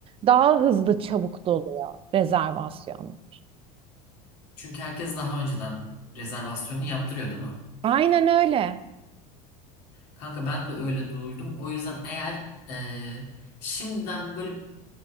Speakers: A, on the right; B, on the left.
A: daha hızlı çabuk doluyor rezervasyonlar.
B: Hmm. Çünkü herkes daha önceden rezervasyonunu yaptırıyor değil mi?
A: Aynen öyle.
B: Kanka ben de öyle duydum. O yüzden eğer e, şimdiden böyle